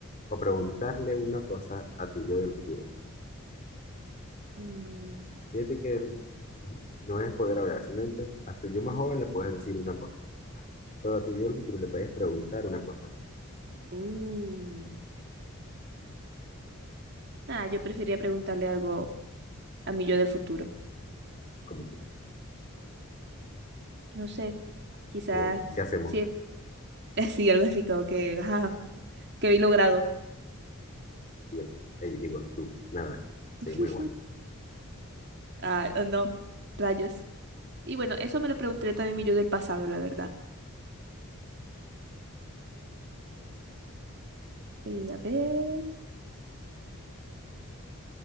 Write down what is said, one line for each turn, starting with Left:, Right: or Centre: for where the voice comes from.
Left: o preguntarle una cosa a tu yo del futuro.
Right: Mm,
Left: Fíjate que el- no es poder hablar, simplemente a tu yo más joven le puedes decir una cosa, pero a tu yo del futuro le puedes preguntar una cosa,
Right: uh. Ah, yo preferiría preguntarle algo a mi yo del futuro.
Left: como que,
Right: No sé, quizás
Left: como, ¿qué hacemos?
Right: sí, <laughs> sí, algo así como que, ajá, que habéis logrado.
Left: Y él, ella- digo, tú, nada, seguimos
Right: <laughs>
Left: igual.
Right: Ah, o no, rayos. Y bueno, eso me lo pregunté también mi yo del pasado, la verdad. Eh, a ver.